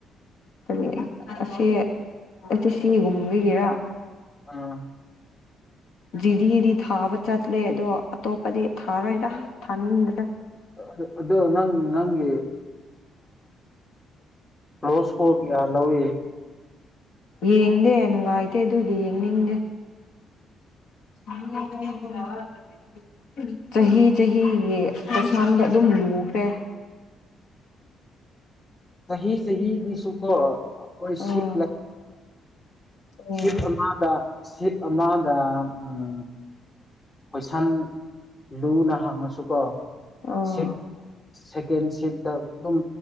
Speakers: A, on the left; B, on the left.
A: ꯀꯔꯤ ꯑꯁꯤ ꯑꯁꯤ ꯁꯤꯒꯨꯝꯕꯤꯒꯤꯔꯥ꯫
B: ꯑꯥ꯫
A: ꯖꯤꯗꯤ ꯗꯤ ꯊꯥꯕ ꯆꯠꯂꯦ ꯑꯗꯣ ꯑꯇꯣꯞꯄꯗꯤ ꯊꯥꯔꯣꯏꯗ ꯊꯥꯅꯤꯡꯗꯔꯦ꯫
B: ꯑꯗꯨ ꯑꯗꯨ ꯅꯪ ꯅꯪꯒꯤ ꯑ꯫ ꯔꯣꯁꯀꯣꯂꯒꯌꯥ ꯂꯧꯏ꯫
A: ꯌꯦꯡꯗꯦ ꯅꯨꯡꯉꯥꯏꯇꯦ ꯑꯗꯨꯒꯤ ꯌꯦꯡꯅꯤꯡꯗꯦ꯫ <unintelligible> ꯆꯍꯤ ꯆꯍꯤꯒꯤ ꯀꯩꯁꯥꯗ ꯑꯗꯨꯝ ꯂꯨꯈ꯭ꯔꯦ꯫
B: ꯆꯍꯤ ꯆꯍꯤꯒꯤꯁꯨꯀꯣ꯫ ꯑꯩꯈꯣꯏ ꯁꯤꯠ
A: ꯑꯥ ꯑꯥ
B: ꯁꯤꯠ ꯑꯃꯗ ꯁꯤꯞ ꯑꯃꯗ ꯎꯝ꯫ ꯀꯣꯏꯁꯟ ꯂꯨꯅ ꯍꯥꯡꯉꯁꯨꯀꯣ
A: ꯑꯥ
B: ꯁꯤꯠ ꯁꯦꯀꯦꯟ ꯁꯤꯠꯇ ꯑꯗꯨꯝ